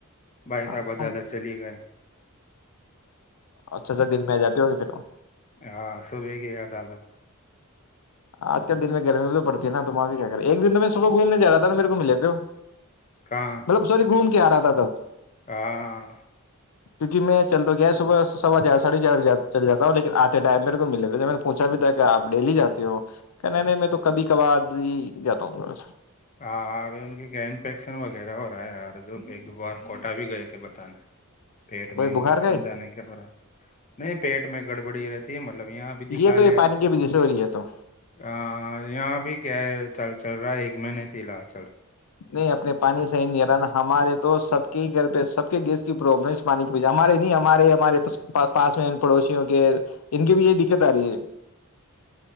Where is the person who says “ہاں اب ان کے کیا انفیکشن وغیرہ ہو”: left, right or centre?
Left